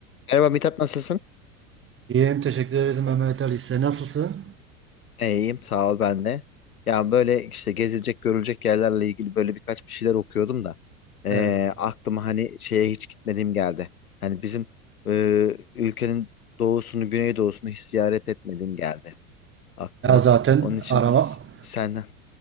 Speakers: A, on the left; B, on the right.
A: Merhaba Mithat nasılsın?
B: İyiyim, teşekkür ederim Mehmet Ali. Sen nasılsın?
A: İyiyim sağ ol ben de. Ya böyle işte gezilecek görülecek yerlerle ilgili böyle birkaç bir şeyler okuyordum da eee,
B: Evet.
A: aklıma hani şeye hiç gitmediğim geldi. Hani bizim eee, ülkenin doğusunu güneydoğusunu hiç ziyaret etmediğim geldi aklıma.
B: Ya zaten
A: Onun için
B: arama,
A: s- senden